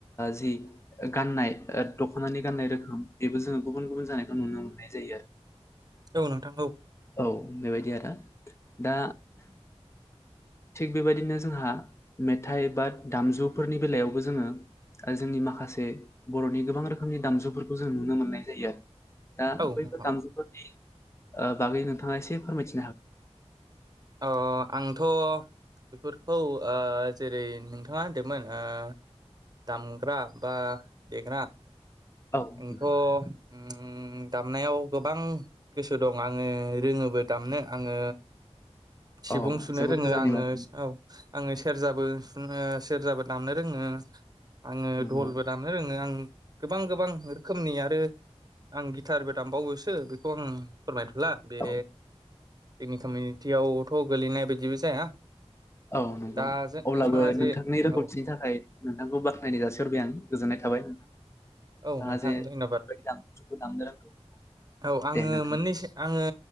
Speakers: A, on the left; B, on the right.
A: जि गाननाय दख'नानि गाननाय रोखोम बेबो जोङो गुबुन गुबुन जानाय नुनो मोननाय जायो
B: औ नोंथां औ
A: औ बेबायदि आरो। दा थिग बेबायदिनो जोंहा मेथाइ बा दामजुफोरनि बेलायाव बो जोङो जोंनि माखासे बर'नि गोबां रोखोमनि दामजुफोरखौ जों नुनो मोननाय जायो। दा
B: औ
A: बैफोर
B: नोंथां
A: दामजुफोरनि ओ बागै नोंथाङा एसे फोरमायथि
B: अ आंथ' बेफोर औ जेरै नोंथाङा होनदोमोन ओ दामग्रा बा देग्रा
A: औ नोंथां
B: आंथ' उम दामनायाव गोबां गोसो दं आङो रोङोबो दामनो। आङो सिफुं
A: औ
B: सुनो
A: जोबोद
B: रोङो
A: मोजांनि
B: आङो
A: बाथ्रा
B: औ आङो सेरजाबो सुङनो सेरजाबो दामनो रोङो आङो
A: नंगौ
B: धलबो दामनो रोङो आं गोबां गोबां रोखोमनि आरो आं गिटारबो दामबावोसो बेखौ आं फोरमायथ'ला बे
A: औ
B: इनि कमिउनिटियावथ' गोलैनाय बायदिबो जाया।
A: औ नंगौ
B: दा जों
A: अब्लाबो
B: नोंथाङा जे
A: नोंथांनि रोंगौथिनि
B: औ
A: थाखाय नोंथांखौ बाख्नायनाय जासिहरबाय आं गोजोननाय था थाबाय नोंथाङा
B: औ नोंथां
A: जे
B: धन्यबाद।
A: बेफोरबायदि दामजुखौ दामनो रोंगौ
B: औ आङो
A: दे नोंथां
B: मोननैसो आङो